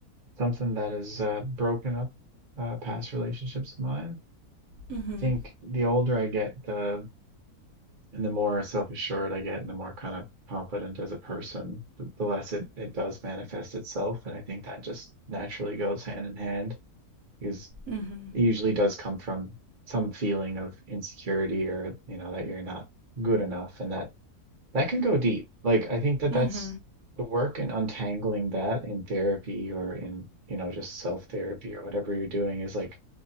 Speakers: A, on the right; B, on the right.
A: something that has uh, broken up uh, past relationships of mine.
B: Mm-hmm.
A: I think the older I get, the and the more self-assured I get and the more kind of confident as a person, the, the less it, it does manifest itself. And I think that just naturally goes hand in hand because
B: Mm-hmm.
A: it usually does come from some feeling of insecurity or, you know, that you're not good enough. And that, that can go deep. Like, I think that
B: Mm-hmm.
A: that's the work in untangling that in therapy or in, you know, just self-therapy or whatever you're doing is like,